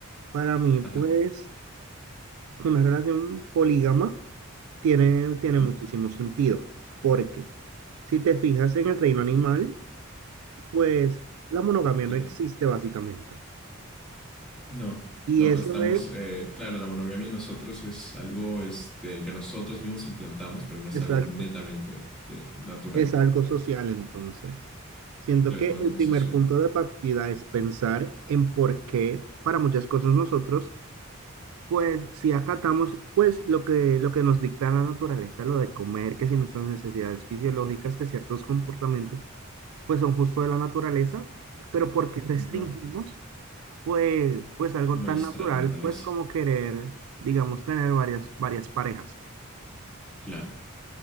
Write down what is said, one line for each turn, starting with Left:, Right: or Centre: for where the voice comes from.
Right: para mí, pues,
Centre: Ajá,
Right: una relación polígama tiene, tiene
Centre: ajá,
Right: muchísimo sentido. Porque si te fijas en el reino animal, pues la monogamia
Centre: claro.
Right: no existe básicamente.
Centre: No,
Right: Y
Centre: no,
Right: eso
Centre: estamos,
Right: es,
Centre: eh, claro, la monogamia nosotros es algo este, que nosotros mismos implantamos, pero no es
Right: es
Centre: algo
Right: algo,
Centre: netamente de- natural.
Right: es algo social entonces. Siento
Centre: Claro,
Right: que
Centre: es más
Right: el
Centre: como
Right: primer
Centre: social.
Right: punto de partida es pensar en por qué para muchas cosas nosotros Pues si acatamos, pues lo que, lo que nos dicta la naturaleza, lo de comer, que si nuestras necesidades fisiológicas, que ciertos comportamientos, pues son justo de la naturaleza, pero porque restringimos,
Centre: Ajá.
Right: pues, pues algo
Centre: Nuestra
Right: tan natural,
Centre: naturaleza.
Right: pues como querer, digamos, tener varias, varias parejas.
Centre: Claro.